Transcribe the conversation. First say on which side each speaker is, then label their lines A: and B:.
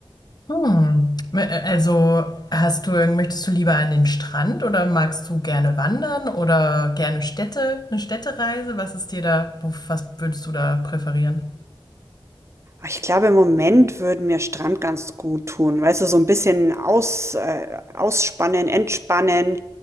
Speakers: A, on the left; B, on the right.
A: Hm. Also hast du, irgend- möchtest du lieber an den Strand oder magst du gerne wandern oder gerne Städte, eine Städtereise? Was ist dir da, wo- was würdest du da präferieren?
B: Ich glaube, im Moment würde mir Strand ganz gut tun. Weißt du, so ein bisschen aus, äh, ausspannen, entspannen.